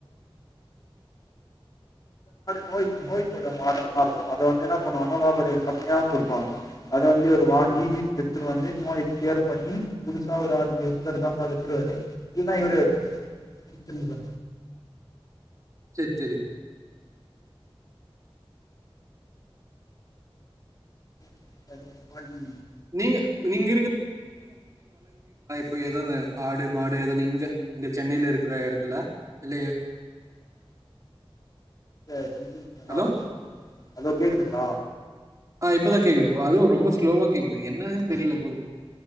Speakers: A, on the left (about 40°); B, on the right (about 35°).
A: நோய் நோய்பட மாடல்லா இருக்கு அத வந்து என்ன பண்ணுவாங்க வியாபாரிங்கள் கம்மியா குடுப்பாங்க‌ அது வந்து இவரு வாங்கி
B: செரி
A: வி த்துனு வந்து நோய் கிளியர் பண்ணி, புதுசா ஒரு ஆர் <unintelligible> வித்துருவாரு <unintelligible> இவுரே வெச்சபார்
B: சேர் சேரி
A: <inaudible>
B: நீங்க நீங்க ப்ப எதனு ஆடு மாடு எதன்னு இங்க இந்த சென்னைல இருக்ற எடத்துல இல்ல எ
A: <inaudible>
B: ஹலோ
A: ஹலோ கேக்குதுங்ளா?
B: ஆஹ் இப்பதா கேக்குதுப் அதுவு ரொம்ப ஸ்லோவா கேக்குது என்னானே தெரில புரோ